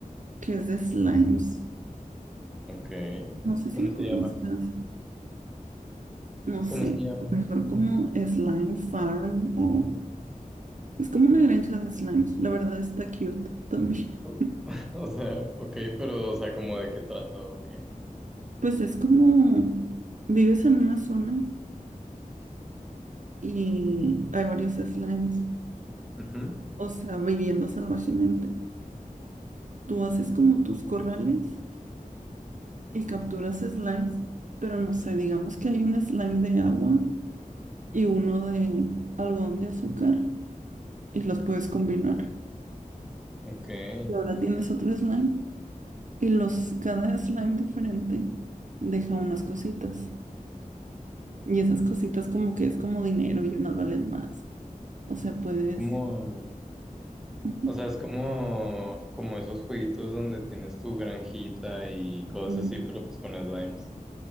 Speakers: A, on the right; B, in the centre.
A: que es de slimes.
B: Ok.
A: No sé si
B: ¿Cómo
A: lo
B: se
A: conozcas.
B: llama?
A: No sé,
B: ¿Cómo se llama?
A: a lo mejor como Slime Farm o... Es como una granja de slimes. La verdad está cute también.
B: O
A: <laughs>
B: <laughs> o sea, ok, pero, o sea, ¿como de qué trata? Ok.
A: Pues es como... Vives en una zona y hay varios slimes.
B: Ujú,
A: O sea, viviendo salvajemente. Tú haces como tus corrales y capturas slimes. Pero no sé, digamos que hay un slime de agua y uno de algodón de azúcar y los puedes combinar.
B: Ok, es
A: Y ahora tienes otro slime. Y los, cada slime diferente deja unas cositas. Y esas cositas como que es como dinero y unas valen más. O sea, puedes...
B: como,
A: ujú,
B: o sea, es como, como esos jueguitos donde tienes tu granjita y cosas
A: mm,
B: así, pero pues con slimes.